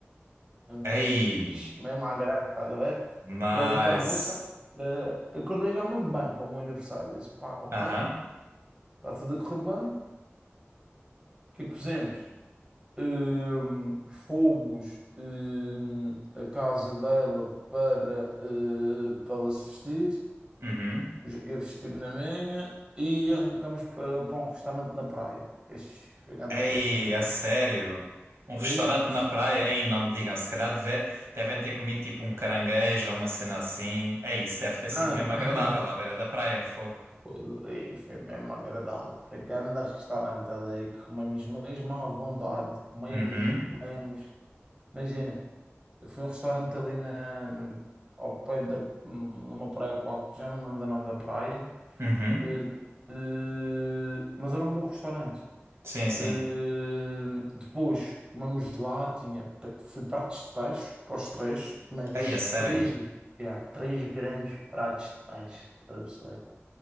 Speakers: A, on the right (about 20°); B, on the right (about 75°).
A: morangos,
B: Ei.
A: tch, mesmo à grande, estás a ver?
B: Nice.
A: Grande pequeno almoço. sabe? Eh, acordei já mesmo bem para o meu aniversário. Disse, pá, ok,
B: Aham.
A: está tudo a correr bem. O que é que fizemos? Hum, fomos, hum, à casa dela para, eh, para ela se vestir.
B: Uhum.
A: Eu vesti-me na minha e arrancamos para, para um restaurante na praia. Ixi, foi grande
B: Ei,
A: projeto,
B: a sério?
A: é.
B: Um restaurante
A: Diz? Sim.
B: na praia? Ei, não me digam. Se calhar deve- devem ter comido tipo um caranguejo ou uma cena assim. Ei, isso deve ter
A: Não,
B: sido mesmo
A: não.
B: agradável
A: <laughs>
B: à beira da praia, fogo.
A: Foi, ali, foi mesmo agradável. Foi grande restaurante ali. Comemos mesmo à vontade. Comemos,
B: Uhum.
A: comemos. Imagina, foi um restaurante ali na, ao pé da, numa praia qualquer, já não me lembro do nome da praia.
B: Uhum.
A: Eh, eh, mas era um bom restaurante.
B: Sim, sim.
A: Uh, depois comemos lá, tinha, pe- fui pratos de peixe para os três, mas
B: Ei, a sério?
A: três, já, três grandes pratos de peixe, estás a perceber?